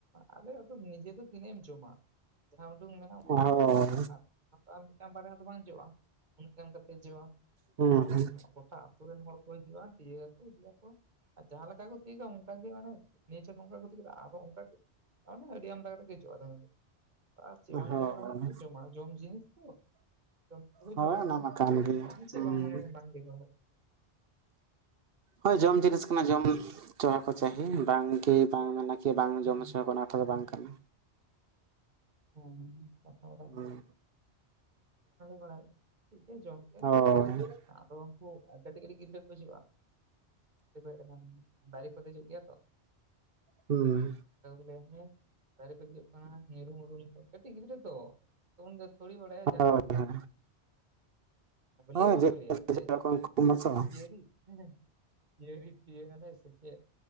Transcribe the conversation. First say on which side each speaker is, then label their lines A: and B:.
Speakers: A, on the right; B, on the right.
A: ᱟᱞᱮ ᱟᱫᱚ ᱱᱤᱡᱮ ᱫᱚ ᱛᱤᱱᱟᱹᱜ ᱮᱢ ᱡᱚᱢᱟ᱾ ᱡᱟᱦᱟᱸ ᱩᱰᱩᱝ ᱢᱮᱱᱟᱜᱼᱟ
B: ᱦᱳᱭ
A: ᱚᱱᱟ ᱜᱮᱛᱚᱢ ᱡᱚᱢᱟ ᱟᱨ ᱟᱨ ᱢᱤᱫᱴᱟᱱ ᱵᱟᱨᱭᱟ ᱫᱚ ᱵᱟᱝ ᱡᱚᱜᱼᱟ ᱩᱱᱟᱹᱜ ᱜᱟᱱ ᱠᱟᱛᱮ ᱡᱚᱜᱼᱟ
B: ᱦᱩᱸ
A: ᱟᱨᱚ
B: ᱦᱩᱸ
A: <unintelligible> ᱟᱹᱛᱩ ᱨᱮᱱ ᱦᱚᱲ ᱠᱚ ᱦᱤᱡᱩᱜᱼᱟ, ᱛᱤᱭᱟᱹᱜᱟᱠᱚ ᱤᱫᱤᱭᱟᱠᱚ ᱟᱨ ᱡᱟᱦᱟᱸ ᱞᱮᱠᱟ ᱠᱚ ᱛᱤᱭᱩᱜᱟ᱾ ᱚᱱᱠᱟᱜᱮ ᱢᱟᱱᱮ ᱱᱤᱭᱟᱹ ᱦᱚᱸ ᱱᱚᱝᱠᱟ ᱠᱚ ᱛᱤᱭᱩᱜᱟ ᱟᱨᱚ ᱚᱱᱠᱟᱜ ᱜᱮ ᱢᱟᱱᱮ ᱟᱹᱰᱤ ᱟᱢᱫᱟ <unintelligible> ᱟᱨ ᱪᱮᱫ ᱦᱚᱸ ᱵᱟᱝ
B: ᱦᱳᱭ
A: ᱞᱟᱹᱭ ᱵᱟᱲᱟ ᱦᱩᱭ ᱟᱠᱟᱱᱟ ᱡᱚᱢᱟ ᱡᱚᱢ ᱡᱤᱱᱤᱥ ᱛᱚ ᱡᱚᱢ ᱫᱚᱠᱚ
B: ᱦᱳᱭ
A: ᱡᱚᱢ
B: ᱚᱱᱟ
A: ᱜᱮᱭᱟ
B: ᱢᱟ ᱠᱟᱱ
A: ᱾ ᱟᱫᱚ
B: ᱜᱮᱭᱟ
A: ᱪᱮᱫ
B: ᱦᱩᱸ
A: ᱦᱚᱸ ᱵᱟᱝ ᱢᱟᱱᱮ ᱵᱟᱝ <unintelligible>
B: ᱦᱳᱭ ᱡᱚᱢ ᱡᱤᱱᱤᱥ ᱠᱟᱱᱟ ᱡᱚᱢ ᱪᱚᱣᱟ ᱠᱚ ᱪᱟᱹᱦᱤ ᱵᱟᱝᱜᱤ ᱵᱟᱝ ᱢᱮ <unintelligible> ᱪᱮ ᱵᱟᱝ
A: ᱦᱮᱸ
B: ᱡᱚᱢ ᱦᱚᱪᱚ ᱠᱚᱣᱟ ᱚᱱᱟ ᱠᱟᱛᱷᱟ ᱫᱚ ᱵᱟᱝ ᱠᱟᱱᱟ᱾
A: ᱦᱮᱸ ᱦᱮᱸ <unintelligible> ᱵᱟᱝᱞᱮ
B: ᱦᱳᱭ
A: ᱵᱟᱲᱟᱭ ᱴᱷᱤᱠ ᱜᱮᱭᱟ ᱡᱚᱢ <unintelligible>
B: ᱚ
A: ᱛᱚ ᱩᱱᱠᱩ ᱠᱟᱹᱴᱤᱡ ᱠᱟᱹᱴᱤᱡ ᱜᱤᱫᱽᱨᱟᱹ ᱠᱚ ᱦᱤᱡᱩᱜᱼᱟ <unintelligible> ᱠᱚ ᱦᱮᱡ ᱞᱮᱠᱷᱟᱱ ᱫᱟᱨᱮ ᱠᱚ ᱫᱮᱡᱩᱜ ᱜᱮᱭᱟ ᱛᱚ᱾
B: ᱦᱩᱸ
A: <unintelligible> ᱞᱟᱹᱭ ᱦᱮᱸ ᱫᱟᱨᱮ ᱯᱮ ᱫᱮᱡᱚᱜ ᱠᱟᱱᱟ ᱧᱩᱨᱩ ᱢᱩᱨᱩ <unintelligible> ᱠᱟᱹᱴᱤᱡ ᱜᱤᱫᱽᱨᱟᱹ ᱛᱚ ᱩᱱᱤ ᱫᱚ ᱛᱷᱚᱲᱤ ᱵᱟᱲᱟᱭᱟ ᱡᱟᱦᱟᱸᱱᱟᱜ
B: ᱦᱳᱭ
A: ᱾
B: ᱦᱳᱭ
A: ᱟᱫᱚ
B: ᱦᱳᱭ
A: ᱞᱟᱹᱭ ᱦᱚᱸ ᱵᱟᱠᱚ
B: ᱡᱚᱛᱚ
A: ᱞᱟᱹᱭ ᱡᱮ
B: ᱩᱱᱠᱩ ᱢᱟᱛᱚ
A: ᱦᱮᱸ <unintelligible> ᱛᱤᱭᱟᱹᱨᱤ ᱛᱤᱭᱞᱮ ᱥᱮ ᱪᱮᱫ